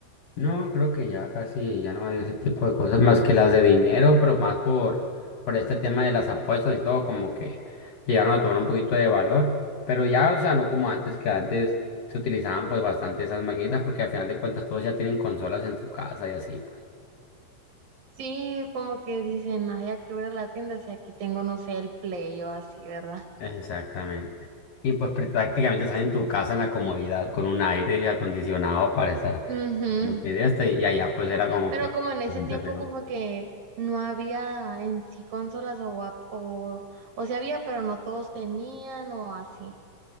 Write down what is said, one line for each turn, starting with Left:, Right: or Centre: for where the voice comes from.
Left: No, creo que ya casi, ya no hay ese tipo de cosas más que las de dinero, pero más por, por este tema de las apuestas y todo, como que llegaron a tomar un poquito de valor, pero ya, o sea, no como antes, que antes se utilizaban pues bastante esas maquinitas, porque al final de cuentas todos ya tienen consolas en su casa y así, pues.
Right: Sí, como que dicen, ay, ya que voy a ir a la tienda si aquí tengo, no sé, el Play o así, ¿verdad?
Left: Exactamente. Y pues pr- prácticamente estás en tu casa en la comodidad con un aire acondicionado para estar
Right: Ujú.
Left: como que de este y allá pues era como
Right: Pero
Left: que
Right: como en ese
Left: bastante
Right: tiempo
Left: feo.
Right: como que no había en sí consolas o, ap- o, o sí había, pero no todos tenían o así.